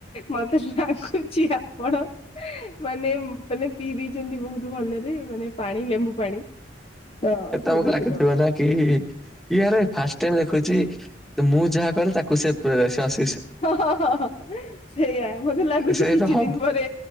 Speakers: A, on the left; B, in the centre.
A: ମତେ ଲାଗୁଚି ଆ କଣ ମାନେ ମାନେ ପିଇ ଦେଇଛନ୍ତି ବହୁତ ଭଲରେ ମାନେ ପାଣି ଲେମ୍ବୁ ପାଣି ତ
B: ଏ ତମକୁ
A: ସେମିତି
B: ଲାଗୁଥିବ
A: କଣ
B: ନା କି ଇଏରେ ଫାଷ୍ଟ ଟାଇମ ଦେଖୁଛି ମୁଁ ଯାହା କରେ ତାକୁ ସେ ପ୍ରେରସସ
A: ହଁ ହଁ ହ ସେଇୟା ମତେ ଲାଗୁଛି
B: ସେଇଟା
A: କିଛି
B: ହବ
A: ଦିନ ପରେ